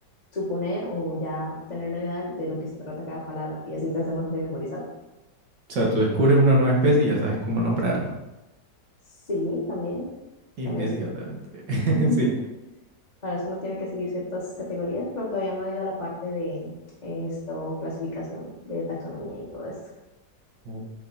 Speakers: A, on the left; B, on the right.
A: suponer o ya tener una idea de de lo que se trata cada palabra y así te hace más fácil memorizarlo.
B: sea, tú descubres una nueva especie y ya sabes cómo nombrarla
A: Sí, también.
B: inmediatamente.
A: También
B: <laughs>
A: <laughs>
B: Sí.
A: Para eso uno tiene que seguir ciertas categorías, pero todavía no ha ido a la parte de eh, esto, clasificación, de taxonomía y todo esto.
B: Ok,